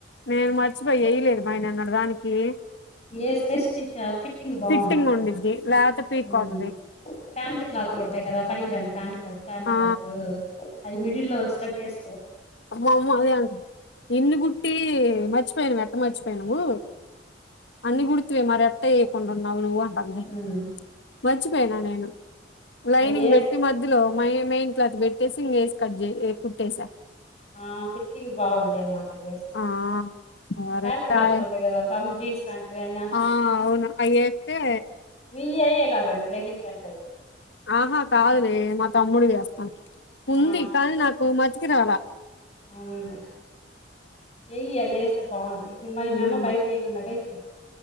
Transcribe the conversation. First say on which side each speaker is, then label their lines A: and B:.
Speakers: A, on the left (about 70°); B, on the left (about 35°).
A: నేను మర్చిపోయి వేయలేదు మాయ్ నిన్నట్ దాని కి
B: వేస్తే స్టిచ్ ఫిట్టింగ్ బాగుంటది
A: ఫిట్టింగ్ ఉండిద్ధి లేకపోతే పిక్కపోతది
B: ఉమ్. ప్యాంట్ క్లాత్లు ఉంటాయి కదా పలినికిరాని ప్యాంట్ క్లాత్ ప్యాంట్
A: ఆ
B: క్లాత్ అయి మిడిల్ లో వచ్చేటట్టు ఏసుకో
A: మా అమ్మ అదే అం ఎన్ని కుట్టి మర్చిపోయానావ్ ఎట్ట మర్చిపోయానవు అన్ని కుడితివి మరి ఎ ట్టేయకుండా ఉన్నావు నువ్వు అంటంది
B: ఉమ్.
A: మర్చిపోయినా నేను లైనింగ్
B: అవి వేసుకో
A: పెట్టి మధ్యలో మైన్ మెయిన్ క్లాత్ పెట్టేసి ఇంగ వేసి కట్ చ్ కుట్టేసా
B: ఆ ఫిట్టింగ్ బాగుంటాయి అనమాట అయ్యి ఎస్తే
A: ఆ సరే
B: ప్యాంట్ క్లాత్లు
A: రాయే
B: ఉంటాయి కదా జీన్స్ ప్యాట్లుగాయినా
A: ఆ అవును అయ్యేత్తే
B: మీయ్యేయ్యే కాకండి లేగన్ ప్యాంట్లయి
A: ఆహా కాదులే మా తమ్ముడివి ఏస్తా
B: ఆ
A: ఉంది కానీ నాకు మతికిరాలే
B: అవునులే ఏయ్యి అయ్యే ఏస్తే బాగుంటది మరి
A: ఉమ్
B: మీ అమ్మ బయటి ఎల్లదా ఇప్పుడు